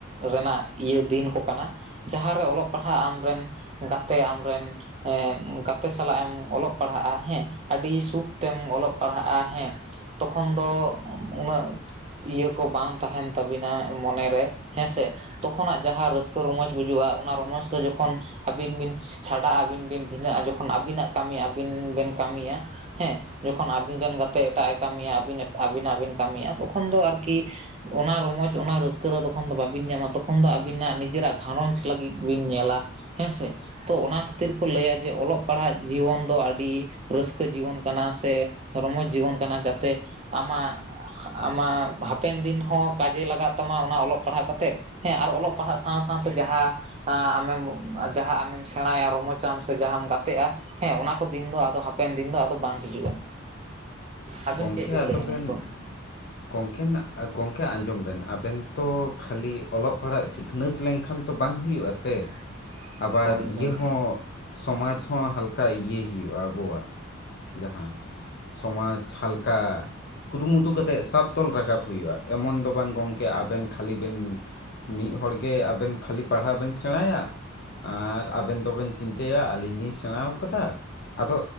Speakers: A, on the right (about 35°); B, on the left (about 55°).
A: ᱨᱮᱱᱟᱜ ᱤᱭᱟᱹ ᱫᱤᱱ ᱠᱚ ᱠᱟᱱᱟ᱾ ᱡᱟᱦᱟᱸᱨᱮ ᱚᱞᱚᱜ ᱯᱟᱲᱦᱟᱜ ᱟᱢᱨᱮᱱ ᱜᱟᱛᱮ ᱟᱢᱨᱮᱱ ᱦᱮᱸ ᱜᱟᱛᱮ ᱥᱟᱞᱟᱜ ᱮᱢ ᱚᱞᱚᱜ ᱯᱟᱲᱦᱟᱜᱼᱟ ᱦᱮᱸ, ᱟᱹᱰᱤ ᱥᱩᱠ ᱛᱮᱢ ᱚᱞᱚᱜ ᱯᱟᱲᱦᱟᱜᱼᱟ ᱦᱮᱸ, ᱛᱚᱠᱷᱚᱱ ᱫᱚ ᱩᱱᱟᱹᱜ ᱤᱭᱟᱹ ᱠᱚ ᱵᱟᱝ ᱛᱟᱦᱮᱸᱱ ᱛᱟᱵᱤᱱᱟ ᱢᱚᱱᱮ ᱨᱮ ᱦᱮᱸᱥᱮ᱾ ᱛᱚᱠᱷᱚᱱᱟᱜ ᱡᱟᱦᱟᱸ ᱨᱟᱹᱥᱠᱟᱹ ᱨᱚᱢᱚᱡ ᱵᱩᱡᱩᱜᱼᱟ ᱚᱱᱟ ᱨᱚᱢᱚᱡᱽ ᱫᱚ ᱡᱚᱠᱷᱚᱱ ᱟᱹᱵᱤᱱ ᱵᱤᱱ ᱪᱷᱟᱰᱟᱜ ᱟᱹᱵᱤᱱ ᱵᱤᱱ ᱵᱷᱤᱱᱟᱹᱜᱼᱟ, ᱡᱚᱠᱷᱚᱱ ᱟᱹᱵᱤᱱᱟᱜ ᱠᱟᱹᱢᱤ ᱟᱹᱵᱤᱱ ᱵᱤᱱ ᱠᱟᱹᱢᱤᱭᱟ᱾ ᱦᱮᱸ, ᱡᱚᱠᱷᱚᱱ ᱟᱹᱵᱤᱱ ᱨᱮᱱ ᱜᱟᱛᱮ ᱮᱴᱟᱜᱼᱮ ᱠᱟᱹᱢᱤᱭᱟ ᱟᱹᱵᱤᱱᱟᱜ ᱵᱤᱱ ᱠᱟᱹᱢᱤᱭᱟ, ᱛᱚᱠᱷᱚᱱ ᱫᱚ ᱟᱨᱠᱤ ᱚᱱᱟ ᱨᱚᱢᱚᱡᱽ ᱚᱱᱟ ᱨᱟᱹᱥᱠᱟᱹ ᱫᱚ ᱛᱚᱠᱷᱚᱱ ᱫᱚ ᱵᱟᱵᱤᱱ ᱧᱟᱢᱟ, ᱛᱚᱠᱷᱚᱱ ᱫᱚ ᱟᱹᱵᱤᱱᱟᱜ ᱱᱤᱡᱮᱨᱟᱜ ᱜᱷᱟᱨᱚᱸᱡᱽ ᱞᱟᱹᱜᱤᱫ ᱵᱤᱱ ᱧᱮᱞᱟ᱾ ᱦᱮᱸᱥᱮ ᱛᱚ ᱚᱱᱟ ᱠᱷᱟᱹᱛᱤᱨ ᱠᱚ ᱞᱟᱹᱭᱟ ᱡᱮ ᱚᱞᱚᱜ ᱯᱟᱲᱦᱟᱜ ᱡᱤᱭᱚᱱ ᱫᱚ ᱟᱹᱰᱤ ᱨᱟᱹᱥᱠᱟᱹ ᱡᱤᱭᱚᱱ ᱠᱟᱱᱟ ᱥᱮ ᱨᱚᱢᱚᱡ ᱡᱤᱵᱚᱱ ᱠᱟᱱᱟ, ᱡᱟᱛᱮ ᱟᱢᱟᱜ ᱟᱢᱟᱜ ᱦᱟᱯᱮᱱ ᱫᱤᱱ ᱦᱚᱸ ᱠᱟᱡᱮ ᱞᱟᱜᱟᱜ ᱛᱟᱢᱟ ᱚᱱᱟ ᱚᱞᱚᱜ ᱯᱟᱲᱦᱟᱜ ᱠᱟᱛᱮᱫ᱾ ᱦᱮᱸ ᱟᱨ ᱚᱞᱚᱜ ᱯᱟᱲᱦᱟᱜ ᱥᱟᱶ ᱥᱟᱶᱛᱮ ᱡᱟᱦᱟᱸ ᱟᱢᱮᱢ ᱡᱟᱦᱟᱸ ᱟᱢᱮᱢ ᱥᱮᱬᱟᱭᱟ ᱨᱚᱢᱚᱡᱽ ᱪᱟᱢ ᱥᱮ ᱡᱟᱦᱟᱸᱢ ᱜᱟᱛᱮᱜᱼᱟ, ᱦᱮᱸ ᱚᱱᱟ ᱠᱚ ᱫᱤᱱ ᱫᱚ ᱟᱫᱚ ᱦᱟᱯᱮᱱ ᱫᱤᱱ ᱫᱚ ᱟᱫᱚ ᱵᱟᱝ ᱦᱤᱡᱩᱜᱼᱟ᱾ ᱟᱹᱵᱤᱱ
B: ᱜᱚᱝᱠᱮ
A: ᱪᱮᱫ ᱵᱤᱱ
B: ᱟᱫᱚ
A: ᱞᱟᱹᱭᱟ ᱱᱤᱭᱟᱹ
B: ᱯᱮᱱ
A: ᱠᱚ
B: ᱜᱚᱝᱠᱮᱱ ᱜᱚᱝᱠᱮ ᱟᱸᱡᱚᱢ ᱵᱮᱱ ᱟᱵᱮᱱ ᱛᱚ ᱠᱷᱟᱞᱤ ᱚᱞᱚᱜ ᱯᱟᱲᱦᱟᱜ ᱥᱤᱠᱷ ᱱᱟᱹᱛ ᱞᱮᱝᱠᱷᱟᱱ ᱛᱚ ᱵᱟᱝ ᱦᱩᱭᱩᱜᱼᱟ ᱥᱮ!
A: <inaudible>
B: ᱟᱵᱟᱨ ᱤᱭᱟᱹ
A: ᱦᱳᱭ
B: ᱦᱚᱸ ᱥᱚᱢᱟᱡᱽ ᱦᱚᱸ ᱦᱟᱞᱠᱟ ᱤᱭᱟᱹᱭ ᱦᱩᱭᱩᱜᱼᱟ ᱟᱵᱚᱣᱟᱜ ᱾ ᱡᱟᱦᱟᱸ ᱥᱚᱢᱟᱡᱽ ᱦᱟᱞᱠᱟ ᱠᱩᱨᱩᱢᱩᱴᱩ ᱠᱟᱛᱮᱫ ᱥᱟᱵ ᱛᱚᱞ ᱨᱟᱠᱟᱵ ᱦᱩᱭᱩᱜᱼᱟ, ᱮᱢᱚᱱ ᱫᱚ ᱵᱟᱝ ᱜᱚᱝᱠᱮ ᱟᱵᱮᱱ ᱠᱷᱟ ᱠᱷᱟᱹᱞᱤ ᱵᱮᱱ ᱢᱤᱜ ᱦᱚᱲ ᱜᱮ ᱟᱵᱮᱱ ᱠᱷᱟᱞᱤ ᱯᱟᱲᱦᱟ ᱵᱮᱱ ᱥᱮᱬᱟᱭᱟ, ᱟᱨ ᱟᱵᱮᱱ ᱫᱚᱵᱮᱱ ᱪᱤᱱᱛᱟᱹᱭᱟ ᱟᱹᱞᱤᱧ ᱞᱤᱧ ᱥᱮᱬᱟ ᱟᱠᱟᱫᱟ᱾ ᱟᱫᱚ